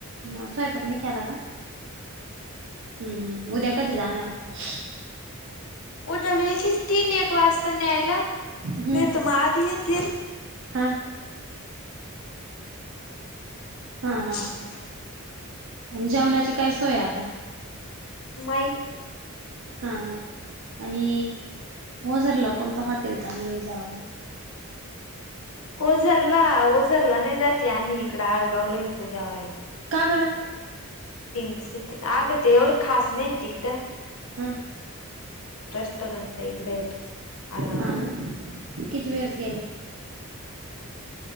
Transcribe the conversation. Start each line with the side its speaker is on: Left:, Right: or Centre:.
Right: म स्वयंपाक नही केला का?
Left: नाही.
Right: हम्म हम्म उद्या कधी जाणार आहे.
Left: उद्याला येथील तीन एक वाजता न्यायला.
Right: हम्म
Left: नाहीतर मग आधि येतील.
Right: हा हा हा
Left: <unintelligible> हम्म,
Right: जेवणाची काय सोय आहे आता.
Left: माई
Right: हा हा आणि ओझरला कोणतं हॉटेल चांगल आहे जेवायला.
Left: ओझरला ओझरला नाही जाती आम्ही इकड आडगावला येतो जेवायला.
Right: का बर
Left: पिंक सिटी अगं ते एवढं खास नाही तिकडं ह
Right: हा
Left: रेस्टॉरंट ला इकडे येतो आडगाव
Right: हा
Left: ला
Right: ना किती वेळेस गेले